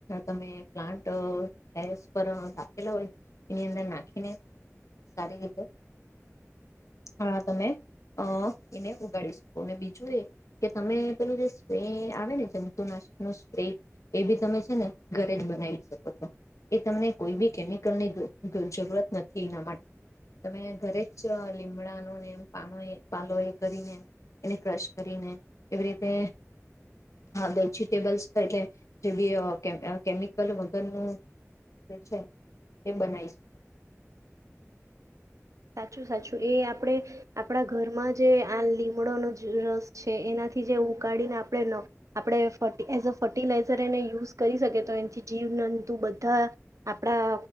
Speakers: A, on the left; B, on the right.
A: તમે પ્લાન્ટસ પર રાખેલા હોય એની અંદર નાખીને સારી રીતે અ તમે અ એને ઉગાડી શકો. બીજું એ કે તમે પેલું જે સ્પ્રે આવે ને જંતુનાશક ન સ્પ્રે એ બી તમે છે ને ઘરે જ બનાવી શકો છો એ તમને કોઈ બી કેમિકલ ની જરૂરત નથી એના માટે તમે ઘરે જ લીમડાનો ને પાનો એ પાલો એ કરીને એને ક્રશ કરીને એવી રીતે વેજીિટેબલ્સ એટલે જે બી કેમિકલ વગરનું જે છે એ બનાવી શકે.
B: સાચું સાચું એ આપણે આપણા ઘરમાં જે આ લીમડોનો રસ છે એનાથી જે ઉકાળીને આપણે આપણે ફ એઝ અ ફર્ટિલાઈઝર એને યુઝ કરી શકીએ તો એથી જીવનંતુ બધા આપણા